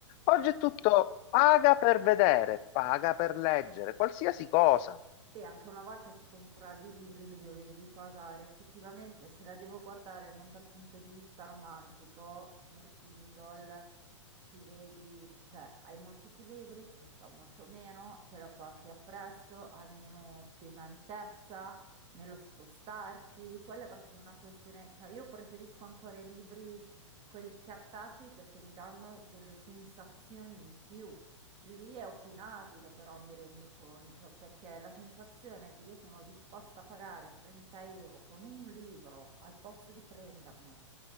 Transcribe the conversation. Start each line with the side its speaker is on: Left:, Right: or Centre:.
Left: Oggi è tutto paga per vedere, paga per leggere, qualsiasi cosa.
Right: Beh, anche una volta ti compravi i libri, li dovevi pagare. Effettivamente, se la devo guardare non dal punto di vista romantico, nel Kindle ci vedi, cioè hai molti più libri, costa molto meno, te lo porti appresso, ha meno pesantezza nello spostarti. Quella è proprio una questione, cioè io preferisco ancora i libri, quelli cartacei, perché mi danno delle sensazioni in più. Lì è opinabile, però mi rendo conto, perché la sensazione che io sono disposta a pagare 30 euro con un libro al posto di prenderne